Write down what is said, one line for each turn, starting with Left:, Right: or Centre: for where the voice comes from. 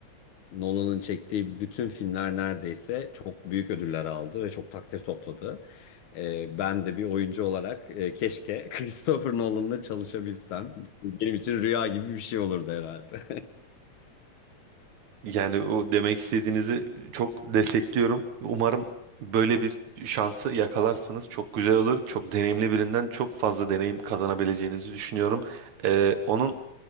Left: e, Nolan'ın çektiği bütün filmler neredeyse çok büyük ödüller aldı ve çok takdir topladı. E, ben de bir oyuncu olarak e, keşke <laughs> Christopher Nolan'la çalışabilsem. Benim için rüya gibi bir şey olurdu herhalde.
Right: Yani o demek istediğinizi çok destekliyorum. Umarım böyle bir şansı yakalarsınız. Çok güzel olur. Çok deneyimli birinden çok fazla deneyim kazanabileceğinizi düşünüyorum. Ee, onun